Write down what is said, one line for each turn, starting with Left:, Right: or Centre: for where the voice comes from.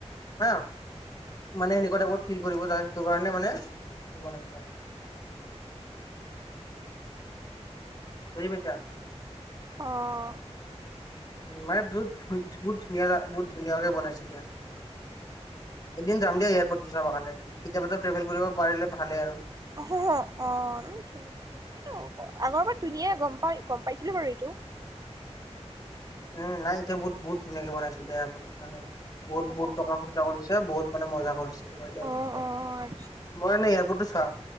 Left: <unintelligible> মানে সেনেকুৱা টাইপত ফিল কৰিব, যা সেইটো কাৰণে মানে, বনাইছে। বুজি পাইছা?
Right: অ'।
Left: উম, মানে বুত- বুত- বহুত ধুনীয়া- বহুত ধুনীয়াকে বনাইছে দিয়া। এদিন যাম দিয়া এয়াৰপৰ্টটো চাবা কাৰণে। কেতিয়াবা ট্ৰেভেল কৰিব পাৰিলে ভালে আৰু।
Right: অ', অ'। ধু- ধুনীয়াই হ'ব। আগৰ পৰাই ধুনীয়াই গম পাই- গম পাইছিলোঁ বাৰু এইটো।
Left: উম, নাই এতিয়া বহুত - বহুত ধুনীয়াকে বনাইছে এতিয়া <unintelligible> বহুত -
Right: অ
Left: বহুত টকা খৰচা কৰিছে, বহুত মানে মজা কৰিছে তোমাৰ এয়াৰপৰ্টটো।
Right: অ অ আচ্ছা
Left: মই এনে এয়াৰপৰ্টটো চা